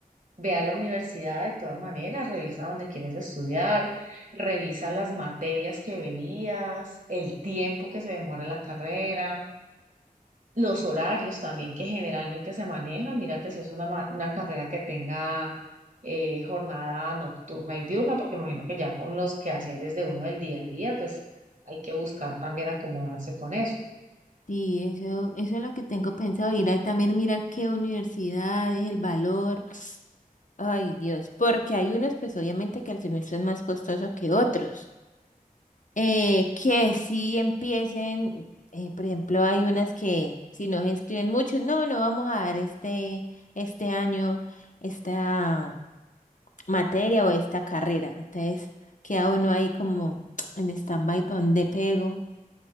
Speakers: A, on the right; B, on the left.
A: Ve a la universidad de todas maneras, revisa dónde quieres estudiar, revisa las materias que verías, el tiempo que se demora la carrera, los horarios también que generalmente se manejan. Mírate si es una, ma- una carrera que tenga eh, jornada nocturna y diurna, porque me imagino que ya con los quehaceres de uno del día a día, pues hay que buscar también acomodarse con eso.
B: Sí, eso, eso es lo que tengo pensado, ir a también mirar qué universidades, el valor. Ay, Dios, porque hay unos, pues obviamente que el semestre es más costoso que otros. eh, que sí empiecen, eh, por ejemplo, hay unas que si no se inscriben muchos, no, no vamos a dar este, este año esta materia o esta carrera. Entonces queda uno ahí como <tsk> en stand-by para dónde pego.